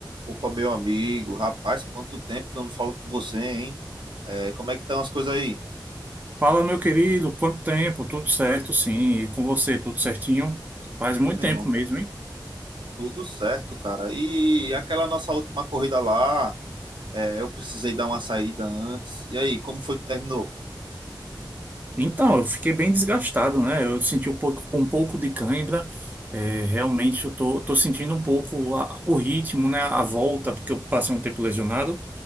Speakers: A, on the right; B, on the right.
A: Opa, meu amigo, rapaz, quanto tempo que eu não falo com você, hein? É, como é que estão as coisas aí?
B: Fala, meu querido, quanto tempo? Tudo certo, sim. E com você, tudo certinho? Faz muito
A: Ô, meu
B: tempo
A: irmão,
B: mesmo, hein?
A: tudo certo, cara. E aquela nossa última corrida lá, é, eu precisei dar uma saída antes. E aí, como foi que terminou?
B: Então, eu fiquei bem desgastado, né? Eu senti um pouco, um pouco de cãibra. É, realmente, eu tô, tô sentindo um pouco a- o ritmo, né? A volta, porque eu passei um tempo lesionado.